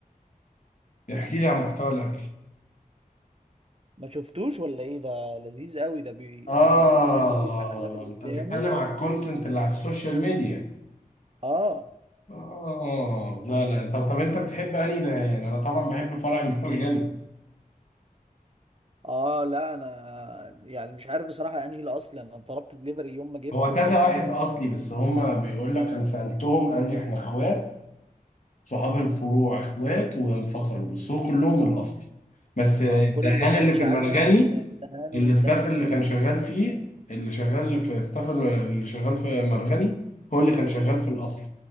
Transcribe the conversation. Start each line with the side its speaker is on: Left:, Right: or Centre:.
Left: احكي لي عن محتوى الاكل
Right: ما شفتوش ولا ايه ده لذيذ قوي ده بي
Left: اه
Right: بي يعني هو بيحكي واحد قدامه
Left: انت بتتكلم على الكونتنت اللي على السوشيال ميديا
Right: اه
Left: اه لا لا انت طب انت بتحب انهي ده يعني انا طبعا بحب فرع <laughs> المرجان
Right: اه لا انا يعني مش عارف بصراحه انهي الاصل انا طلبت دليفري يوم ما جبته
Left: هو كذا
Right: وكان حلو
Left: واحد
Right: قوي
Left: اصلي بس هما بيقول لك انا سالتهم قال لي احنا اخوات صحاب الفروع اخوات وانفصلوا بس هو كلهم الاصلي بس الدهان
Right: اه كل اللي اتقال
Left: اللي
Right: اشاعات
Left: في المرغني
Right: يعني الدهان
Left: الاستاف
Right: والدهان اخوات
Left: اللي كان شغال فيه اللي شغال في الاستاف اللي شغال في مرغني هو اللي كان شغال في الاصلي